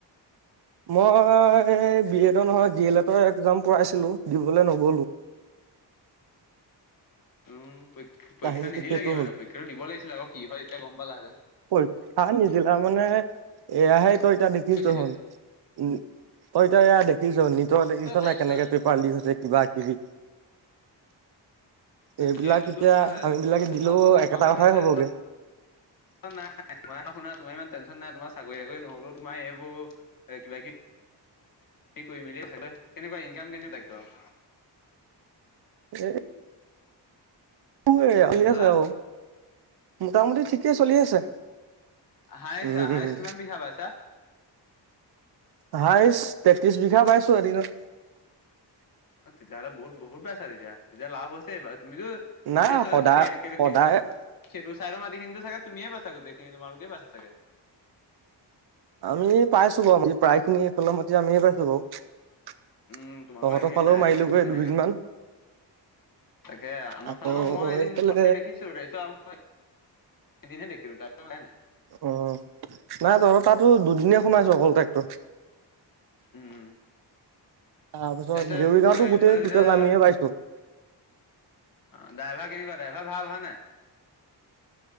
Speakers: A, on the right; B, on the left.
A: মই বি এডৰ নহয়, ডি এল এডৰ একজাম পোইছিলো দিবলৈ নগলো।
B: উমঁ, পৰীক্ষা
A: কাহিনীটো
B: নিদিলা
A: সেইটো
B: লাগে
A: হ'ল
B: মানে পৰীক্ষাতো দিব লাগিছিলে আক কি হয় তেতিয়া গম পালাহেতেন।
A: পৰীক্ষা নিদিলা মানে এয়াহে তই এতিয়া দেখিছোঁ
B: লাগিছিলে
A: হুন। উমঁ, তই এতিয়া এয়া দেখিছ নিটৰ দেখিছ
B: তাৰপিছত
A: নে, কেনেকে পেপাৰ লিক হৈছে। কিবা কিবি- এইবিলাক
B: সেইটোতো
A: এতিয়া
B: হয়
A: আৰু আমিবিলাকে
B: হ'লেও তোমালোকৰ
A: দিলেও একেটা
B: তোমাৰ পৰা
A: কথাই
B: ইমান টেনচন
A: হ'বগে।
B: নাই তুনা তোমাৰ ইমান টেনশ্যন নাই তোমাৰ চাকৰি চাকৰি নহ'লেও তোমাৰ এইবোৰ- কিবা কিবি কৰি মেলি থাকিলে কেনেকুৱা ইনকাম কেনেকুৱা ইহঁতৰ
A: ভে হুৱে ঠিক আছে
B: হা
A: আৰু। মোটামুটি ঠিকেই চলি আছে।
B: হাইচ
A: উম
B: হাইচ
A: উম।
B: কিমান বিঘা পাইছা?
A: হাইছ তেত্ৰিশ বিঘা বাইছু এদিনত।
B: অ তেতিয়াহ'লে বহুত বহুত বাইছা তেতিয়া। তেতিয়া লাভ হৈছে এইবাৰ। তুমিতো
A: নাই
B: গোটেই চ
A: সদায়
B: খেৰ খেৰ
A: সদায়
B: হে- সেইটো ছাইডৰ মাটিখিনি ত ছাগে তুমিয়েই পাইছা গোটেইখিনি তোমালোকে বাইছা ছাগে?
A: আমি পাইছু বাৰু এই প্ৰায়খিনি এইফালৰ মাটি আমিয়েই পাইছো বাৰু।
B: উম, তোমালোকৰ
A: তহঁতৰ
B: সেইখিনি
A: ফালেও
B: নাই
A: মাৰিলোগে
B: যে ট্ৰেক্টৰ তেনেকে
A: দুদিনমান।
B: ভাল তাকে আমাৰ
A: আকৌ
B: ফালে বাও মই এদিন
A: এইফালে
B: ফটকে দেখিছু যিহেতু আমা- ৰ এদিনহে দেখিলোঁ তাৰ পিছত দেখাই মাই।
A: অঁ, নাই তহঁতৰ তাতো দুদিনেহে সোমাইছোঁ অকল ট্ৰেক্টৰ।
B: উম।
A: তাৰপিছত
B: তাৰ পিছত
A: দেউৰি গাঁওতো গোটেই
B: ফালে
A: টোটেল
B: তেতিয়া-
A: আমিয়ে পাইছো
B: অ ড্ৰাইভাৰ কেনেকুৱা ড্ৰাইভাৰ ভাল হয় নাই?
A: <unintelligible>